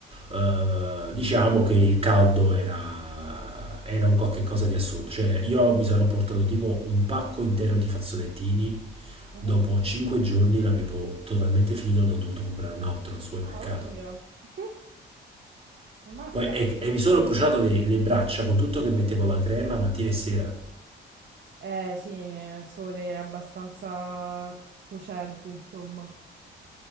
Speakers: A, on the right; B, on the right.
A: eh, diciamo che il caldo era, era un qualche cosa di assurdo, cioè io mi sono portato tipo un pacco intero di fazzolettini,
B: Mhm.
A: dopo 5 giorni l'avevo totalmente finito, ne ho dovuto comprare un altro al supermercato.
B: Ah, oddio. <laughs> Ammazza.
A: Poi- e, e mi sono bruciato le, le braccia con tutto che mettevo la crema mattina e sera.
B: Eh sì, il sole è abbastanza cocente, insomma.